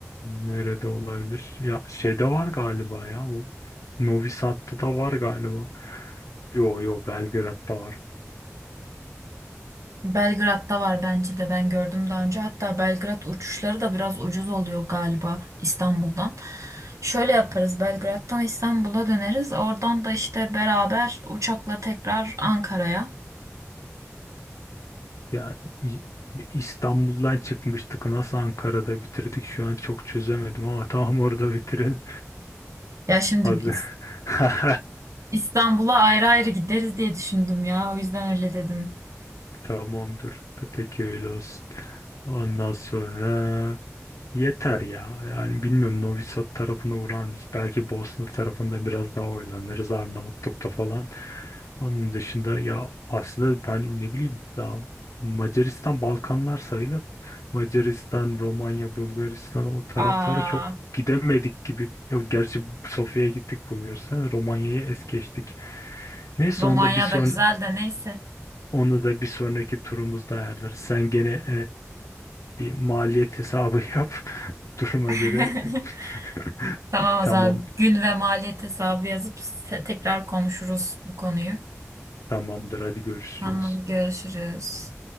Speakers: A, on the left (about 85°); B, on the right (about 75°).
A: nerede olabilir? Ya şeyde var galiba ya bu. Novi Sad'da da var galiba. Yo yo Belgrad'da var.
B: Belgrad'da var bence de ben gördüm daha önce. Hatta Belgrad uçuşları da biraz ucuz oluyor galiba İstanbul'dan. Şöyle yaparız Belgrad'dan İstanbul'a döneriz. Oradan da işte beraber uçakla tekrar Ankara'ya.
A: Yani İ- İstanbul'dan çıkmıştık. Nasıl Ankara'da bitirdik şu an çok çözemedim ama <laughs> tamam orada bitirelim.
B: Ya şimdi
A: Hazır.
B: İs-
A: <laughs>
B: İstanbul'a ayrı ayrı gideriz diye düşündüm ya. O yüzden öyle dedim.
A: Tamamdır. Peki öyle olsun. Ondan sonra Yeter ya. Yani bilmiyorum Novi Sad tarafına uğrar mıyız? Belki Bosna tarafında biraz daha oynanırız Arnavutluk'ta falan. Onun dışında ya aslında ben ne bileyim daha Macaristan Balkanlar sayılır mı? Macaristan, Romanya, Bulgaristan o taraflara
B: Aa,
A: çok gidemedik gibi. Ya gerçi Sofya'ya gittik Bulgaristan, Romanya'ya es geçtik. Neyse
B: Romanya
A: onu da bir son
B: da güzel de neyse.
A: onu da bir sonraki turumuzda ayarlarız. Sen gene bir maliyet hesabı yap. <laughs> Duruma
B: <laughs>
A: göre <laughs>
B: Tamam
A: tamam
B: o zaman gün ve maliyet hesabı yazıp se- tekrar konuşuruz bu konuyu.
A: tamamdır hadi görüşürüz.
B: Tamam görüşürüz.